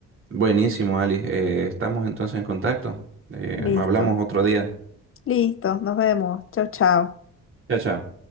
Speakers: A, on the right; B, on the left.
A: Buenísimo, Ali. Eh, estamos entonces en contacto. Eh,
B: Listo.
A: hablamos otro día.
B: Listo, nos vemos. Chau, chau.
A: Chao, chao.